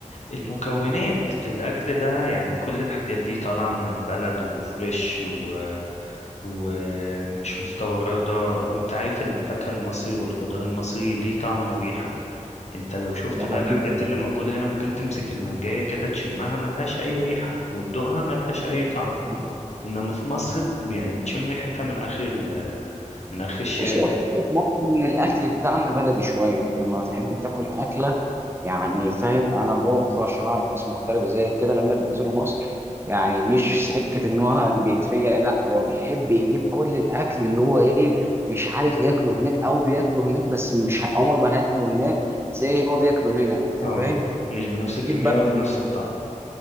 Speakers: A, on the left; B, on the right.
A: المكونات الأكل ده يعني كل الحاجات دي طالعة من البلد وفريش و... ومش مستوردة وانت عارف الفاكهة المصري والخضار المصري ليه طعم وريحة انت لو شفت
B: ده
A: بقى الحاجات اللي موجودة هنا ممكن تمسك المانجاية كده تشمها ملهاش أي ريحة وتدوقها ملهاش أي طعم
B: حقيقي.
A: إنما في مصر يعني تشم ريحتها من آخر ال... من آخر الشارع
B: بص هو الفكرة في مصر إن الأكل بتاعنا بلدي شوية، أنت لما بتحب تاكل أكلة يعني فاهم أنا برضه عشان أعرف ناس مغتربة زي كده لما بينزلوا مصر يعني مش سكة إن هو بيتفيق لا هو بيحب يجيب كل الأكل اللي هو إيه مش عارف ياكله هناك أو بياكله هناك بس مش ه- عمر ما هياكله هناك زي هو بياكله هنا أنت
A: اه
B: فاهم؟
A: مش بنفس الكمية
B: يجيب
A: ولا نفس الطعم